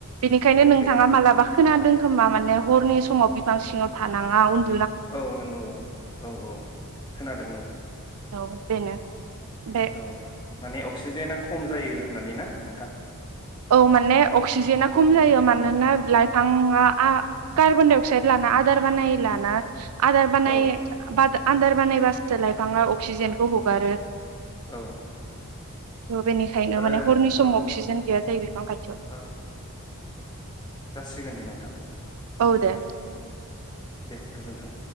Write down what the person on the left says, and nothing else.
अके
औ नंगौ औ औ खोनादों औ।
औ माने अक्सिजेना खम जायो होननानै ना नोंथां?
औ
औ
आरो
औ
औ जासिगोन दे नोंथां।
दे गोजोन्थों।